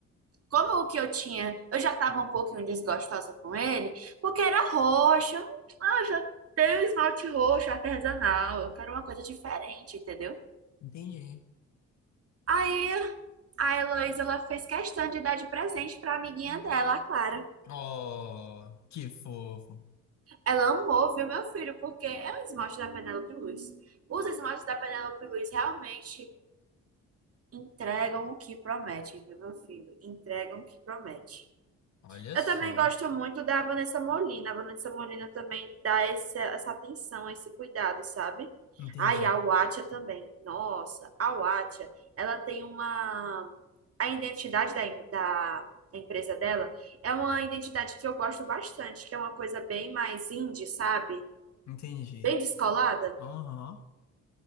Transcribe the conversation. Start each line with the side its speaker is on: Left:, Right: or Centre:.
Right: Como o que eu tinha, eu já estava um pouquinho desgostosa com ele, porque era roxo. Ah, eu já tenho esmalte roxo artesanal, eu quero uma coisa diferente, entendeu?
Left: Entendi.
Right: Aí a Heloísa, ela fez questão de dar de presente pra amiguinha dela, a Clara.
Left: Oh, que fofo.
Right: Ela amou, viu, meu filho, porque é um esmalte da Penélope Luiz. Os esmaltes da Penélope Luiz realmente entregam o que promete, viu, meu filho? Entregam o que promete.
Left: Olha
Right: Eu
Left: só.
Right: também gosto muito da Vanessa Molina. A Vanessa Molina também dá esse, essa atenção, esse cuidado, sabe?
Left: Entendi.
Right: Ah, e a Watia também. Nossa, a Watia, ela tem uma... A identidade da, em- da da empresa dela é uma identidade que eu gosto bastante, que é uma coisa bem mais indie, sabe?
Left: Entendi.
Right: Bem descolada.
Left: Aham.